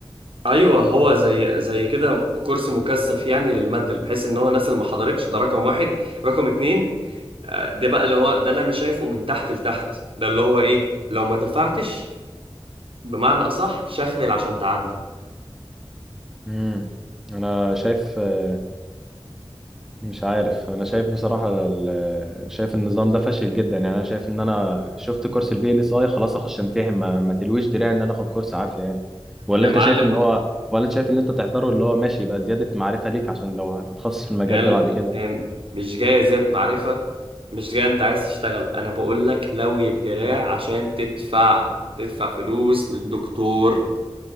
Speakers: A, on the right; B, in the centre.
A: ايوه هو زي زي كده كورس مكثف يعني للمادة بحيث ان هو الناس اللي ما حضرتش ده رقم واحد رقم اتنين آه، ده بقى اللي هو ده اللي انا شايفه من تحت لتحت ده اللي هو ايه لو ما دفعتش بمعنى اصح شخلل عشان تعدي
B: امم انا شايف آه، مش عارف انا شايف بصراحة ال- آه، شايف النظام ده فاشل جدا يعني انا شايف ان انا شفت كورس الفي ال اس اي خلاص اخش امتحن ما, ما تلويش دراعي ان انا اخد كورس عافية يعني ولا
A: يا
B: انت
A: معلم
B: شايف ان
A: ما
B: هو
A: هو-
B: ولا انت شايف ان انت تحضره اللي هو ماشي يبقى زيادة معرفة ليك عشان لو هتتخصص في المجال
A: هي ال-
B: ده بعد كده
A: هي مش جايه ذات معرفه مش جايه انت عايز تشتغل انا بقول لك لوي الدراع عشان تدفع تدفع فلوس للدكتور